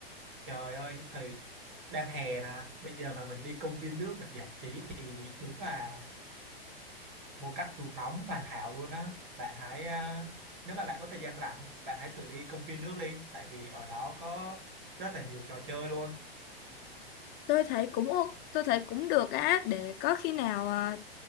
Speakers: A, on the right; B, on the left.
A: trời ơi cái thời đang hè nè bây giờ mà mình đi công viên nước mình giải trí thì đúng là một cách cứu nóng hoàn hảo luôn á bạn hãy ờ, nếu mà bạn có thời gian rảnh bạn hãy thử đi công viên nước đi tại vì ở đó có rất là nhiều trò chơi luôn
B: tôi thấy cũng ô- tôi thấy cũng được á để có khi nào à,